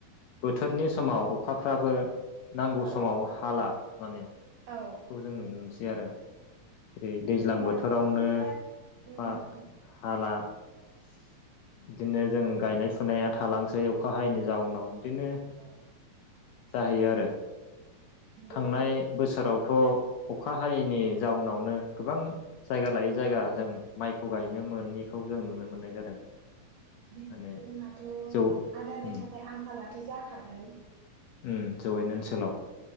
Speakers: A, on the left; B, on the right.
A: बोथोरनि समाव अखाफ्राबो नांगौ
B: औ
A: समाव हाला माने
B: औ
A: खौ जों नुनो मोनसै बे आरो। ओरै दैज्लां
B: बेबायदिनो
A: बोथोरावनो
B: आरो गोबांथार
A: अखा
B: उम
A: हाला बिदिनो जों गायनाय फुनाया थालांसै अखा हायैनि जाउनाव बिदिनो
B: औ
A: जाहैयो आरो।
B: नंगौ
A: थांनाय बोसोराव थ' अखा हायैनि जाउनावनो गोबां जायगा लायै जायगा जों माइखौ गायनो मोनैखौ जों नुनो मोननाय जादों।
B: बि
A: माने
B: जोंनाथ'
A: जौ
B: आदारनि
A: उम
B: थाखाय आंखालाथ' जाखागोन आरो
A: ओम जौैयेन ओनसोलाव